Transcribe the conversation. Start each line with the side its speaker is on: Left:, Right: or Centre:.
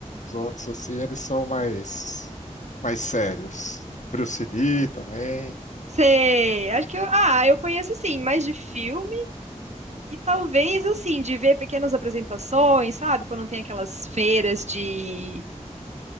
Left: Os outros, assim, eles são mais, mais sérios. Bruce Lee também.
Right: Sei, acho que eu, ah, eu conheço sim, mais de filme e talvez assim, de ver pequenas apresentações, sabe? Quando tem aquelas feiras de,